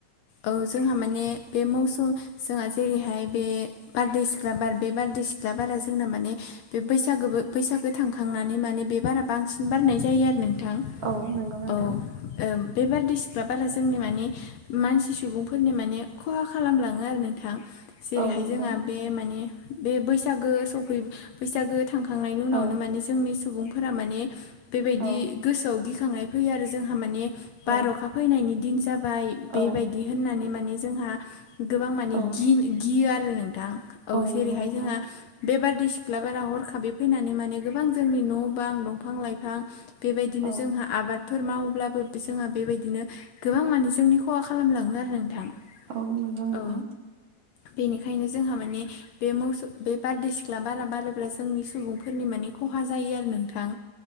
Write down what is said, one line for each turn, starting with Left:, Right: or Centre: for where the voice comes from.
Left: ओ जोंहा माने बे मौसम जोंहा जेरैहाय बे बारदै सिख्ला बार बे बारदै सिख्ला बारा जोंना माने बे बैसागोबो बैसागो थांखांनानै माने बे बारा बांसिन बारनाय जायो आरो नों थां
Right: औ नंगौ नोंथां
Left: औ ओ बे बारदिसिख्ला बारा जोंनि माने मानसि सुबुंफोरनि माने खहा खालामलाङो आरो नोंथां। जेरैहाय
Right: औ नंगौ
Left: जोंहा बे माने बे बैसागो सफै बैसागो थांखांनायनि उनावनो
Right: औ
Left: माने जोंनि सुबुंफोरा माने बेबायदि
Right: औ
Left: गोसोआव गि खांनाय फैयो आरो जोंहा माने
Right: औ
Left: बारअखा फैनायनि दिन जाबाय
Right: औ
Left: बेबायदि होननानै माने जोंहा गोबां माने
Right: औ
Left: गि गियो आरो नोंथां औ
Right: नंगौ
Left: जेरैहाय
Right: नोंथां
Left: जोंहा बे बारदैसिख्ला बारा हरखाबै फैनानै माने गोबां जोंनि न' बां दंफां लाइफां बेबायदिनो
Right: औ
Left: जोंहा आबाद फोर मावोब्लाबो जोंहा बेबायदिनो गोबां माने जोंनि खहा खालामलाङो आरो नोंथां।
Right: औ नोंगौ नोंथां।
Left: औ बेनिखायनो जोंहा माने बे मौसु बे बारदै सिख्ला बारा बारोब्ला जोंनि सुबुंफोरनि माने खहा जायो आरो नोंथां।